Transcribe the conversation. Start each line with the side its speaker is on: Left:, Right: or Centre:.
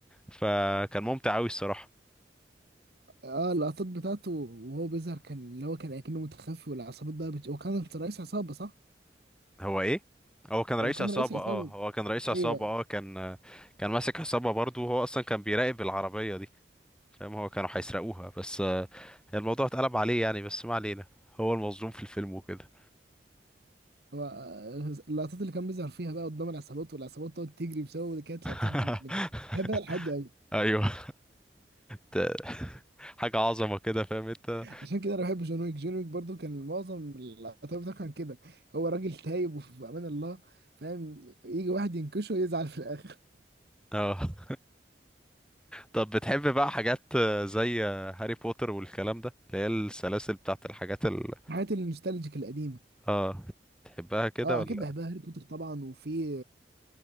Centre: فكان ممتع أوي الصراحة
Right: اه اللقطات بتاعته وهو بيظهر كان اللي هو كان أكنه متخفي والعصابات بقى بت... هو كان رئيس عصابة صح؟
Centre: هو إيه؟ هو كان رئيس
Right: هو كان
Centre: عصابة
Right: رئيس عصابة
Centre: اه هو كان رئيس عصابة
Right: أيوه
Centre: اه كان كان ماسك عصابة برضه وهو أصلا كان بيراقب العربية دي فاهم هو كانوا هيسرقوها بس آه، الموضوع اتقلب عليه يعني بس ما علينا هو المظلوم في الفيلم وكده
Right: هو آه، اللقطات اللي كان بيظهر فيها بقى قدام العصابات والعصابات تقعد تجري بسببه دي كانت
Centre: <laughs>
Right: لقطات بتبقى- بحبها لحد أوي
Centre: ايوه ت- حاجة عظمة كده فاهم انت
Right: عشان كده انا بحب جون ويك جون ويك برضه كان معظم العتاوله بتاعه كان كده هو راجل تايب وفي امان الله فاهم يجي واحد ينكشه ويزعل في الاخر
Centre: اه طب بتحب بقى حاجات آه، زي آه، هاري بوتر والكلام ده اللي هي السلاسل بتاعت الحاجات ال
Right: الحاجات النوستالجيك القديمه
Centre: اه تحبها كده
Right: اه
Centre: ولا
Right: اكيد بحبها هاري بوتر طبعا وفي